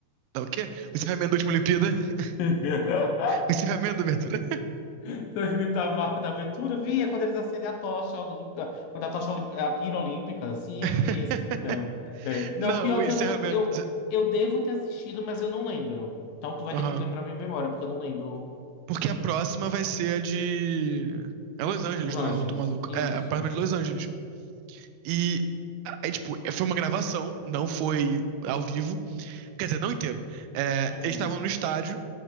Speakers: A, on the right; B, on the left.
A: Tá, o quê? O encerramento da última Olimpíada. <laughs>
B: <laughs>
A: O encerramento da abertura.
B: Da, da, marca da abertura, vi, é quando eles acendem a tocha olímpica, quando a tocha olímpica, a pira olímpica, sim,
A: <laughs>
B: eu vi esse. Não, é, não,
A: Não,
B: pior
A: o encerramento.
B: que eu não, eu, eu devo ter assistido, mas eu não lembro. Então tu vai
A: Aham.
B: ter que me lembrar minha memória, porque eu não lembro
A: Porque a próxima vai ser a de. É Los Angeles,
B: Os
A: não
B: Anjos.
A: é? Eu tô maluco.
B: Isso.
A: É, a próxima é de Los Angeles. E. Aí, tipo, foi uma gravação, não foi ao vivo. Quer dizer, não inteiro. É,
B: Uhum.
A: eles estavam no estádio.